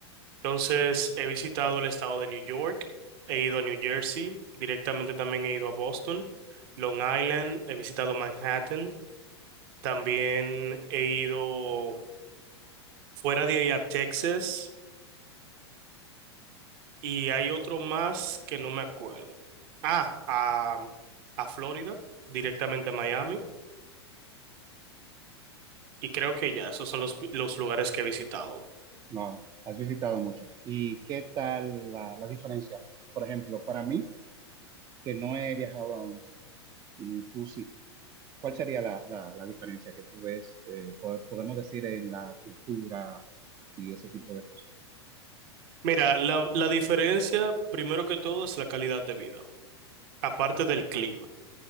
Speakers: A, on the right; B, on the right.
A: Entonces, he visitado el estado de New York, he ido a New Jersey, directamente también he ido a Boston, Long Island, he visitado Manhattan, también he ido fuera de ahí a Texas. Y hay otro más que no me acuerdo. Ah, a, a Florida, directamente a Miami. Y creo que ya, esos son los, los lugares que he visitado.
B: No, has visitado mucho. ¿Y qué tal la, la diferencia? Por ejemplo, para mí, que no he viajado aún, y tú sí, ¿cuál sería la, la, la diferencia que tú ves, eh, po- podemos decir, en la cultura y ese tipo de cosas?
A: Mira, la, la diferencia, primero que todo, es la calidad de vida, aparte del clima.